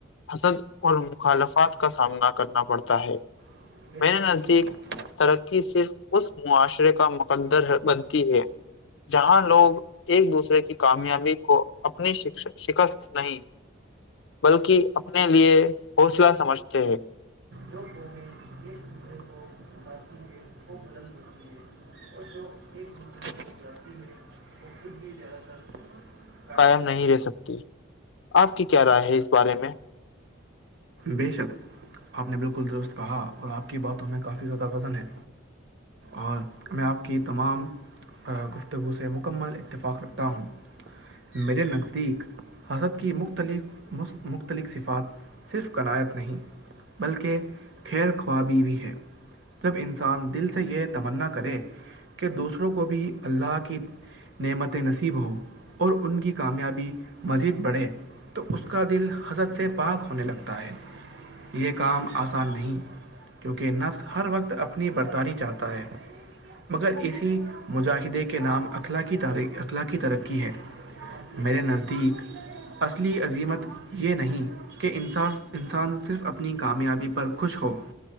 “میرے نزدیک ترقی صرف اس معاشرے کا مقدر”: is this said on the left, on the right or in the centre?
Left